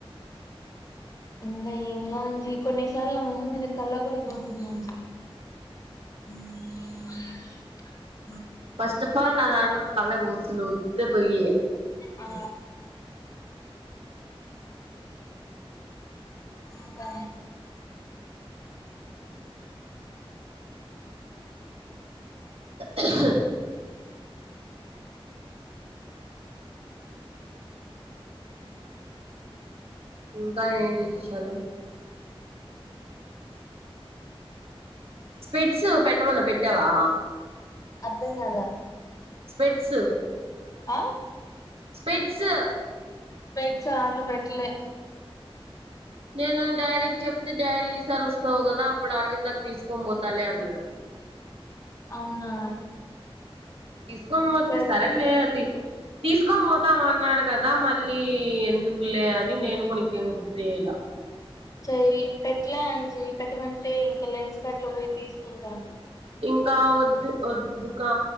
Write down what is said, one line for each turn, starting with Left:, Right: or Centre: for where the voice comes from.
Left: ఇంకా ఏందో అజ కొన్నిసార్లు నా మొహం మీద కళ్ళ కూడా పోతుందం <unintelligible>
Right: ఫస్ట్ ఆఫ్ ఆల్ నాదను కల ఊసలుఊత పగి
Left: ఆ ఇకా
Right: <unintelligible> ఇంకా ఏంటి విశేషాలు స్పిట్స్ పెట్టమన్నా పెట్టావా
Left: అదన్నల
Right: స్పెట్స్
Left: ఆ
Right: స్పిట్స్
Left: స్పెట్స్ ఆడర్ పెట్టలే
Right: నేను డాడీకి చెప్తే డాడీ ఈసారి వస్తవు గదా అప్పుడు అరవిందకు తీసుకు పోతలే అన్నడు
Left: అవునా
Right: తీసుకోపోతే
Left: స్పెట్
Right: సరే లే అది తీసుకోపోతాం అన్నాడు గదా మళ్ళీ ఎందుకులే అని నేను నికేం గుర్ తేలా
Left: చైల్ పెట్లే అంజి పెట్టమంటే ఇంకా లెన్స్ కాట్ల పోయి తీసుకుంటాను
Right: ఇంకా వద్దు వద్దు గ